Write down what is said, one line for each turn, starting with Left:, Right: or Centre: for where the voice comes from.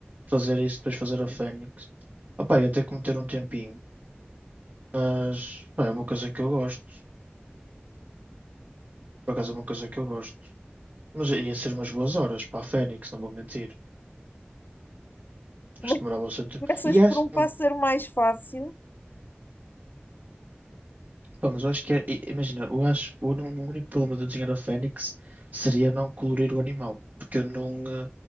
Right: Fazer isso, depois fazer a Fênix. Ah, pá, ia ter que meter um tempinho. Mas, pá, é uma coisa que eu gosto. Por acaso é uma coisa que eu gosto. Mas ia ser umas boas horas para a Fênix, não vou mentir.
Left: Como
Right: Acho que
Left: é
Right: demorava
Left: que
Right: o seu tempo.
Left: Começas
Right: E acho.
Left: por um pássaro
Right: Hum,
Left: mais fácil,
Right: pá, mas eu acho que é. i- Imagina, eu acho. O, un- o único problema de eu desenhar a Fênix seria não colorir o animal. Porque eu não. eh,